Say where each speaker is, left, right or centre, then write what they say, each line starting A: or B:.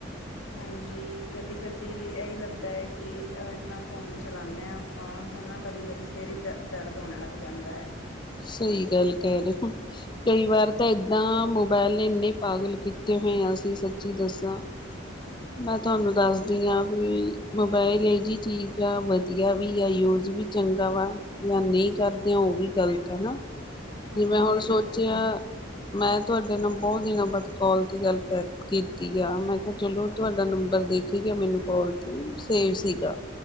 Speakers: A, on the left (about 85°); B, on the left (about 25°).
A: ਹਾਂਜੀ, ਕਦੀ ਕਦੀ ਇਹੀ ਲੱਗਦਾ ਹੈ ਕਿ, ਇੰਨਾ ਫੋਨ ਚਲਾਉਂਦੇ ਹਾਂ ਆਪਾਂ ਹੈ ਨਾ ਕਦੀ-ਕਦੀ ਸਿਰ ਚ ਦਰਦ ਹੋਣ ਲੱਗ ਜਾਂਦਾ ਹੈ।
B: ਸਹੀ ਗੱਲ ਕਹਿ ਰਹੇ ਹੋ ਕਈ ਵਾਰ ਤਾਂ ਇਦਾਂ ਮੋਬਾਇਲ ਨੇ ਇੰਨੇ ਪਾਗਲ ਕੀਤੇ ਹੋਏ ਆ, ਅਸੀਂ ਸੱਚੀ ਦੱਸਾਂ, <unintelligible> ਮੈਂ ਤੁਹਾਨੂੰ ਦੱਸਦੀ ਹਾਂ ਵੀ ਮੋਬਾਇਲ ਇਹ ਜਿਹੀ ਚੀਜ਼ ਆ ਵਧੀਆ ਵੀ ਆ ਯੂਜ ਵੀ ਚੰਗਾ ਵਾ ਜਾਂ ਨਹੀਂ ਕਰਦੇ ਉਹ ਵੀ ਗ਼ਲਤ ਹੈ ਨਾ,
A: ਹਾਂਜੀ
B: ਜਿਵੇਂ ਹੁਣ
A: ਹਾਂਜੀ
B: ਸੋਚਿਆ ਮੈਂ ਤੁਹਾਡੇ ਨਾਲ ਬਹੁਤ ਦਿਨਾਂ ਬਾਅਦ ਕਾਲ ਤੇ ਗੱਲ ਕਰਦੀ। ਕੀਤੀ ਆ ਮੈਂ ਕਿਹਾ ਚਲੋ, ਤੁਹਾਡਾ ਨੰਬਰ ਦੇਖੇ ਗਿਆ, ਮੈਨੂੰ ਕਾਲ ਤੇ ਸੇਵ ਸੀਗਾ।